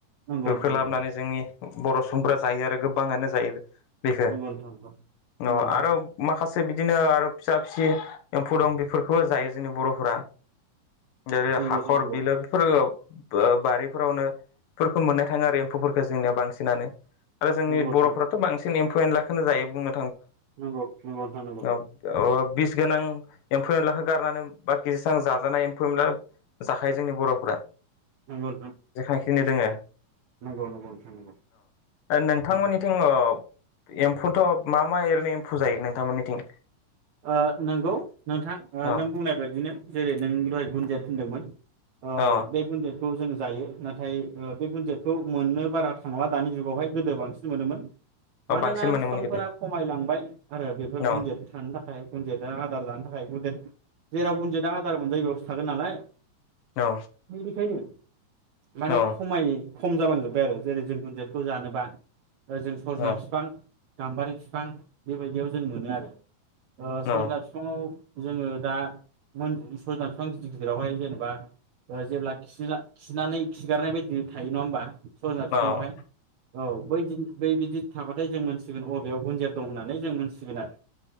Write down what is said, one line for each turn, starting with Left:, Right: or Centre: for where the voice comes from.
Right: नोंथां
Left: बेफोरखौ
Right: नंगौ
Left: लाबोनानै जोंनि बर' सुबुंफोरा जायो आरो गोबाङानो जायो। बेखो अ
Right: नोंथां नंगौ
Left: आरो माखासे बिदि बिदिनो आरो फिसा फिसि एम्फौ दं बेफोरखौबो जायो जोंनि बर'फोरा। जेरै
Right: नंगौ
Left: हाखर
Right: नोंथां नंगौ
Left: बिलो बेफोर ओ बारिफोरावनो बेफोरखौ मोननाय थाङो आरो एम्फौफोरखौ जोंनिया बांसिनानो। आरो जोंनि
Right: नंगौ नोंथां
Left: बर'फोराथ बांसिन एमफु एनलाखोनो जायो बुंनो
Right: नंगौ नंगौ नंगौ नोंथां नंगौ नोंथां नंगौ
Left: औ ओ बिस गोनां एम्फौ एनलाखौ गारनानै बाखि जेसां जाजानाय एम्फौ एनला जाखायो जोंनि बर'फोरा।
Right: नंगौ
Left: जेखांखिनि दोङो
Right: नंगौ नंगौ नोंथां नंगौ
Left: अ नोंथांमोननिथिं
Right: नंगौ
Left: अ एमफौथ मा मा ओरैनो एमफौ जायो नोंथांमोननिथिं?
Right: ओ नंगौ नोंथां ओ
Left: अ
Right: नों बुंनाय बायदिनो जेरै नों दहाय गुनजेत होनदोंमोन ओ
Left: अ
Right: बे गुनजेतखो जोंङो जायो। नाथाय ओ बे गुनजेतखौ मोननो बारा थांला दानि जुगावहाय गोदो बांसिन मोनोमोन।
Left: अ
Right: मानोना
Left: बांसिन मोनो
Right: बिफांफोरा
Left: मोनगोन दे
Right: खमायलांबाय आरो बेफोर
Left: औ
Right: गुनजेद गुनजिता आदार जानो थाखाय गुनजेत जेराव गुनजेता आदार मोनजायो बेयावसो थागोन नालाय।
Left: औ
Right: बिनिखायनो माने
Left: औ
Right: खमायो। खम जालांजोबबाय आरो जेरै जों गुनजेतखौ जानोबा जों सजना
Left: औ
Right: फिफां गामबारि फिफां बेबायदियाव जों मोनो आरो। ओ
Left: औ
Right: सजना बिफाङाव जोङो दा मोन सजना बिफां गिदिर गिदिरावहाय जेनेबा जेब्ला खिना खिनानै खिगारनाय बायदि थायो नङा होमबा सजना
Left: औ
Right: बिफाङावहाय औ बैदिन बै बिदि थाबाथाय जों मोनथिगोन अबेयाव गुनजित दं होननानै जों मोन थिसिगोन आरो